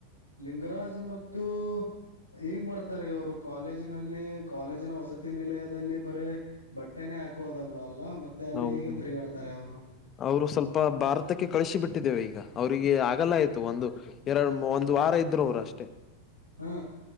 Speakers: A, on the left; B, on the left.
A: ಲಿಂಗರಾಜ್ ಮತ್ತು ಹೇಗ್ ಮಾಡ್ತಾರೆ ಇವರು. ಕಾಲೇಜಿನಲ್ಲಿ ಕಾಲೇಜಿನ ವಸತಿ ನಿಲಯದಲ್ಲಿ ಬರೀ ಬಟ್ಟೆನೆೇ ಹಾಕೋದಲ್ಲಾ ಅಲ್ಲಾ ಮತ್ ಮತೇ ಅಲ್ಲಿ
B: ಹೌದು
A: ಹೇಗೆ ತಿರಿಗಾಡ್ತಾರೆ ಅವರು.
B: ಅವರು ಸ್ವಲ್ಪ ಭಾರತಕ್ಕೆ ಕಳಿಸಿ ಬಿಟ್ಟಿದ್ದೇವೆ ಈಗ ಅವರಿಗೆ ಆಗಲ್ಲ ಆಯ್ತು ಒಂದು. ಎರಡು ಒಂದ್ ವಾರ ಇದ್ರು ಅವರು ಅಷ್ಟೇ.
A: ಹಾ